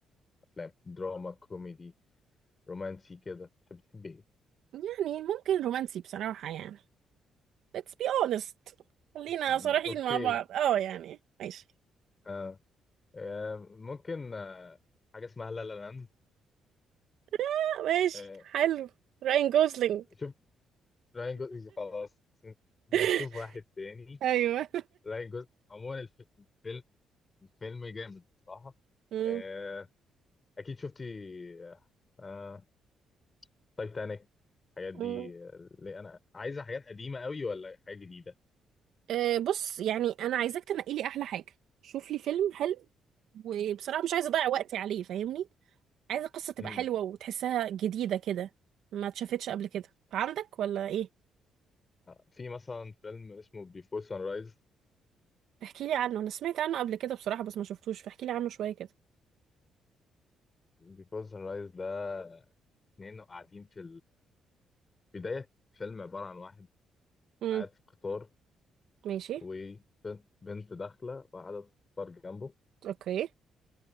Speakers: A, on the left; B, on the right.
A: الافلام دراما كوميدي رومانسي كده تحب تحب ايه
B: يعني ممكن رومانسي بصراحة يعني let's be honest خلينا
A: م-
B: صريحين
A: اوكي
B: مع بعض اه يعني ماشي
A: آه. آه. ممكن آه. حاجه اسمها لا لا لاند
B: آه، ماشي
A: آه.
B: حلو راين جوزلينج
A: شوف راين جوزلينج خلاص نشوف
B: <laughs>
A: واحد تاني
B: ايوه
A: راين جوزلينج عموما الف- الفيلم الفيلم جامد بصراحه
B: <laughs> مم.
A: آه. اكيد شفتي آه. آه، تايتانيك الحاجات دي
B: مم.
A: آه، اللي انا عايزه حاجات قديمه قوي ولا حاجه جديده
B: آه، بص يعني انا عايزاك تنقي لي احلى حاجة شوف لي فيلم حلو وبصراحة مش عايزة أضيع وقتي عليه فاهمني عايزة القصة تبقى
A: امم
B: حلوة وتحسها جديدة كده ما اتشافتش قبل كده عندك ولا إيه
A: في مثلا فيلم اسمه بيفور سان رايز
B: احكي لي عنه أنا سمعت عنه قبل كده بصراحة بس ما شفتوش فاحكي لي عنه شوية كده
A: بيفور سان رايز ده اتنين قاعدين في بداية فيلم عبارة عن واحد
B: امم
A: قاعد في قطار
B: ماشي
A: وبنت داخلة وقاعدة في قطار جنبه
B: أوكي